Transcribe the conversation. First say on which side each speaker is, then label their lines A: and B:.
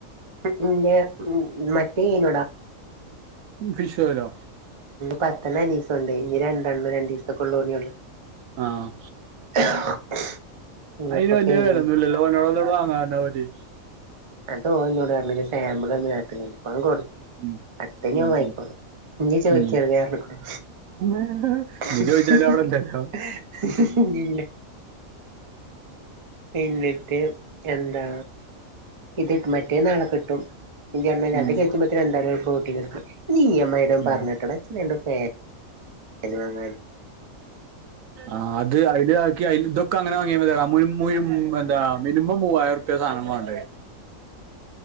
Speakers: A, on the right; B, on the right.
A: എന്റെ മറ്റേ നോടാ
B: ഫിഷ് പോലോ
A: പത്തണ്ണം അനീസ് കൊണ്ടോയി ഇനി രണ്ടണ്ണം രണ്ടീസത്തകൊള്ളൂ ഇനി ള്ളു
B: ആഹ്
A: <unintelligible>
B: അയിന്
A: അപ്പൊ
B: വല്യയ
A: കഴിഞ്ഞ്
B: വെലയോന്നും ഇല്ലല്ലോ ഓനോട്‌ ഒന്ന് ഇങ്ങണ്ട് വാങ്ങാൻ പറഞ്ഞാ മതിയേ
A: അതോൻ ഇന്നോട് പറഞ് ഇജ്ജ് ഒര് സാമ്പിൾ ഒന്ന് കാട്ട് പ്പോ ഞാൻ കൊടുത്ത്
B: ഉം
A: അടുത്തേ
B: ഉം
A: ഓൻ വാങ്ങിക്കോളും ഇഞ്ഞി ചോയിക്കരുതേ
B: ഉം
A: റഞ്ഞുകുണു
B: ഉം
A: <unintelligible>
B: ഇനി ചോദിച്ചാലും അവിടെ ഇല്ലല്ലോ
A: ഇല്ല എന്നിട്ട് എന്താ ഇത്ട്ടും മറ്റേ നാളെ കിട്ടും ഇജ്ജ് തന്നെ രണ്ട്
B: ഉം
A: കജ്ജ് ബത്തിന് എന്തായാലും പ്രോടീൻ എടുക്കണം ഇഞ്ഞി ഇ മ യി
B: ഉം
A: പറഞ്ഞിട്ടട ച്ച് രണ്ട് ഫാന് വാങ്ങാന്
B: ആഹ് അത് അയിൽ ആക്കിയാ അയില് ഇതൊക്കെ അങ്ങനെ വാങ്ങിയ മതി ടാ മുഴു മുഴു എന്താ മിനിമം മൂവായിരം രൂപ്യ സധനം വേണ്ടെ